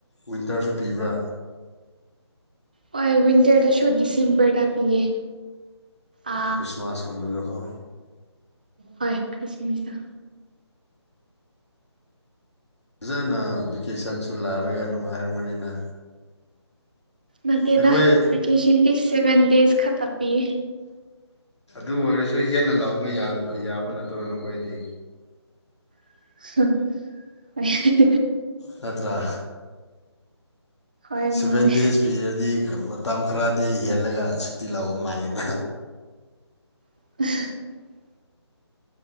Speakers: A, on the left (about 75°); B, on the right (about 20°).
A: ꯋꯤꯟꯇꯔꯁꯨ ꯄꯤꯕ꯭ꯔꯥ
B: ꯍꯣꯏ ꯋꯤꯟꯇꯔꯗꯁꯨ ꯗꯤꯁꯦꯝꯕꯔꯗ ꯄꯤꯌꯦ ꯑ
A: ꯈ꯭ꯔꯤꯁꯃꯥꯁꯀꯨꯝꯕꯗꯀꯣ
B: ꯍꯣꯏ ꯈ꯭ꯔꯤꯁꯃꯤꯥꯁꯗ
A: ꯐꯖꯅ ꯚꯦꯀꯦꯁꯟꯁꯨ ꯂꯥꯛꯂꯒ ꯅꯨꯡꯉꯥꯏꯔꯝꯒꯅꯤꯅ
B: ꯅꯠꯇꯦꯗꯥ
A: ꯑꯩꯈꯣꯏ
B: ꯚꯦꯀꯦꯁꯟꯗꯤ ꯁꯦꯕꯦꯟ ꯗꯦꯁ ꯈꯛꯇ ꯄꯤꯦ
A: ꯑꯗꯨ ꯑꯣꯏꯔꯁꯨ ꯍꯦꯟꯅ ꯂꯥꯎꯕ ꯌꯥꯕ ꯅꯠꯇ꯭ꯔꯣ ꯅꯈꯣꯏꯗꯤ
B: <unintelligible>
A: ꯅꯠꯇ꯭ꯔꯥ
B: ꯍꯣꯏ ꯃꯥꯅꯦ
A: ꯁꯚꯦꯟ ꯗꯦꯖ ꯄꯤꯔꯗꯤ ꯃꯇꯝ ꯈꯔꯗꯤ ꯍꯦꯜꯂꯒ ꯁꯨꯇꯤ ꯂꯥꯎꯕ ꯃꯥꯜꯂꯦꯅ
B: <unintelligible>